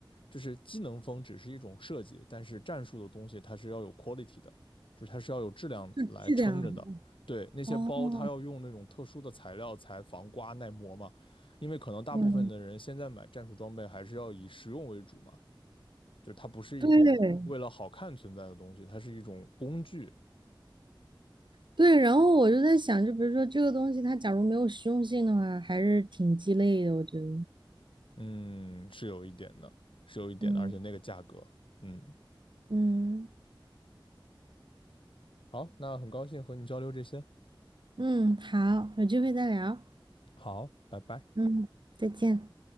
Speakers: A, on the left; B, on the right.
A: 就是机能风只是一种设计，但是战术的东西它是要有 quality 的，就是它是要有质量来撑着的。
B: 质量。
A: 对，那些包它要用那种特殊的材料才防刮耐磨嘛，
B: 哦，
A: 因为可能大部分的人现在买战术装备还是要以实用为主嘛，
B: 嗯，
A: 就是它不是一种为了好看存在的东西，
B: 对
A: 它是一种工具。
B: 对，然后我就在想，就比如说这个东西，它假如没有实用性的话，还是挺鸡肋的，我觉得。
A: 嗯，是有一点的，是有一点的，
B: 嗯
A: 而且那个价格，嗯，
B: 嗯
A: 好，那很高兴和你交流这些，
B: 嗯，好，有机会再聊。
A: 好，拜拜。
B: 嗯，再见。